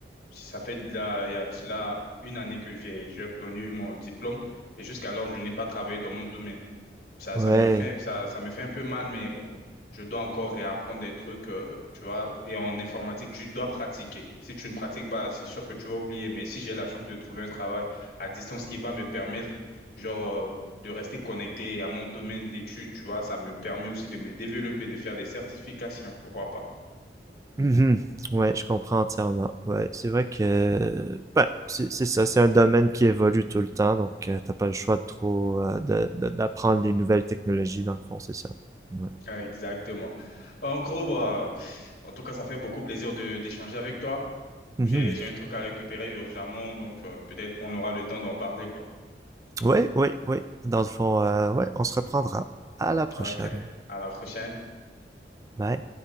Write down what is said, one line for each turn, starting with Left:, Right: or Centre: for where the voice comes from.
Left: si ça fait de la il y a de cela une année que j'ai j'ai obtenu mon diplôme et jusqu'alors je n'ai pas travaillé dans mon domaine ça,
Right: Ouais.
Left: ça me fait, ça, ça me fait un peu mal, mais bon, je dois encore réapprendre des trucs, euh, tu vois. Et en informatique, tu dois pratiquer. Si tu ne pratiques pas, c'est sûr que tu vas oublier. Mais si j'ai la chance de trouver un travail à distance qui va me permettre, genre, euh, de rester connecté à mon domaine d'études, tu vois, ça me permet aussi de me développer, de faire des certifications, pourquoi pas.
Right: Mhm. Ouais, je comprends entièrement. Ouais, c'est vrai que ben, c'est c'est ça, c'est un domaine qui évolue tout le temps, donc euh, t'as pas le choix de trop euh, de- de- d'apprendre les nouvelles technologies dans le fond, c'est ça. Ouais.
Left: Ah, Exactement. En gros, bah, en tout cas, ça fait beaucoup plaisir de d'échanger avec toi.
Right: Mhm.
Left: J'ai, j'ai un truc à récupérer urgemment, donc euh, peut-être on aura le temps d'en parler, quoi.
Right: oui. ouais, ouais. Dans le fond, euh, ouais, on se reprendra. À la prochaine.
Left: Ok. À la prochaine.
Right: Bye.